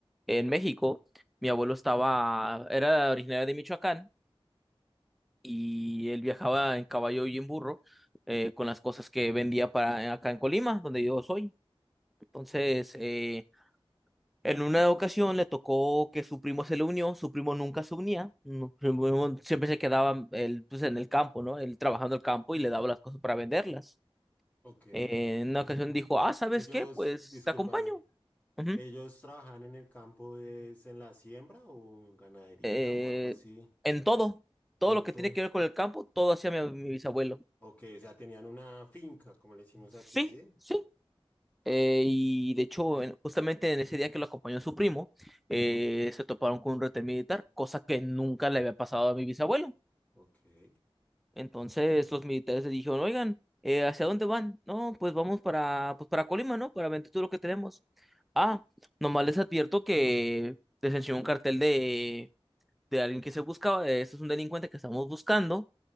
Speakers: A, in the centre; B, on the left.
A: en México, mi abuelo estaba, era originario de Michoacán y él viajaba en caballo y en burro. eh, con las cosas que vendía para acá en Colima, donde yo soy. Entonces, eh, En una ocasión le tocó que su primo se le unió, su primo nunca se unía, no, su primo siempre se quedaba él, pues, en el campo, ¿no? Él trabajando el campo y le daba las cosas para venderlas.
B: Ok.
A: Eh, en una ocasión dijo, ah, ¿sabes
B: Ellos,
A: qué? Pues
B: discúlpame,
A: te acompaño. Ujú.
B: ¿ellos trabajan en el campo, es en la siembra o en ganadería
A: Eh,
B: o algo así?
A: en todo, todo
B: Entonces...
A: lo que tiene que ver con el campo, todo hacía mi, mi bisabuelo.
B: Ok, o sea, tenían una finca, como le decimos
A: Sí,
B: aquí, ¿sí?
A: sí. Eh, y de hecho, en- justamente en ese día que lo acompañó su primo, eh, se toparon con un retén militar, cosa que nunca le había pasado a mi bisabuelo.
B: Ok. O
A: Entonces los militares le dijeron, oigan, eh, ¿hacia dónde van? No, pues vamos para, pues para Colima, ¿no? Para vender todo lo que tenemos. Ah, nomás les advierto que les enseñó un cartel de, de alguien que se buscaba, de, este es un delincuente que estamos buscando,